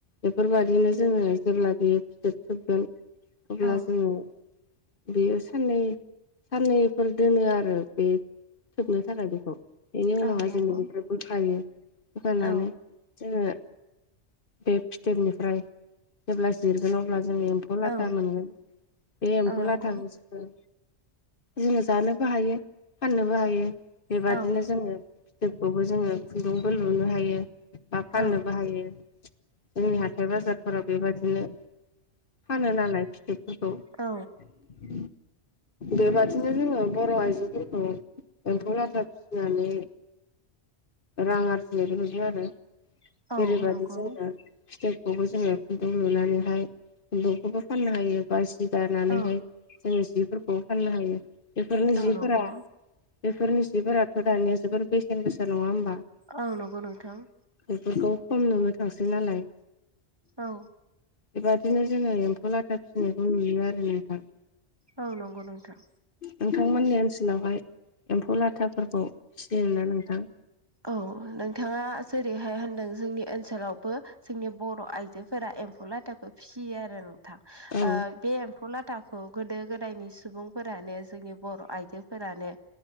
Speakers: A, on the left (about 55°); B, on the right (about 20°).
A: बेफोरबादिनो जोङो जेब्ला बे फिथोब थोबगोन अब्ला
B: औ
A: जोङो बेयो साननै साननैफोर दोनो आरो बे थोबनो थाखाय बेखौ बेनि उनावहा
B: औ नंगौ
A: जों बिनिफ्राय बोखायो बोखानो
B: औ
A: जोङो बे फिथोबनिफ्राय जेब्ला जिरगोन अब्ला जोङो एम्फौ लाथा
B: औ
A: मोनगोन बे
B: औ
A: एम्फौ
B: नंगौ
A: लाथाखौ जोङो जोङो जानोबो हायो फाननोबो हायो बेबादिनो
B: औ
A: जोङो थोबखौबो जोङो खुन्दुंबो लुनो हायो बा फाननोबो
B: औ
A: हायो जोंनि हाथाय बाजारफोराव बेबायदिनो फानो नालाय फिथोब
B: औ
A: बेबादिनो जोङो बर आइजोफोर अ एम्फौ लाथा फिनानै रां आरजिनायबो नुदों आरो
B: नंगौ
A: जेरैयबादि जोङो फिथोबखौबो जोङो खुन्दुं लुनानैहाय खुन्दुंखौबो फाननो हायो बा जि दानानैहाय
B: औ
A: जोङो जिफोरखौ फाननो हायो बेफोरनो
B: औ
A: जिफोरा
B: नंगौ
A: बेफोरनि जिफोराथ' दानिया जोबोर बेसेन गोसा नङा होमबा
B: औ नंगौ नोंथां
A: बेफोरखौ खम <unintelligible> नालाय
B: औ
A: बेबादिनो जोङो एम्फौ लाथा फिनायखौ नुयो आरो नोंथां
B: औ नंगौ नोंथां
A: नोंथांमोननि ओनसोलावहाय एम्फौ लाथाफोरखौ फिसियोना नोंथां
B: औ नोंथाङा जेरैहाय होनदों जोंनि ओनसोलावबो जोंनि बर' आइजोफोरा एम्फौ लाथाखौ फिसियो आरो नोंथां
A: औ
B: ओ बे एम्फौ लाथाखौ गोदो गोदायनि सुबुंफोरानो जोंनि बर' आइजोफोरानो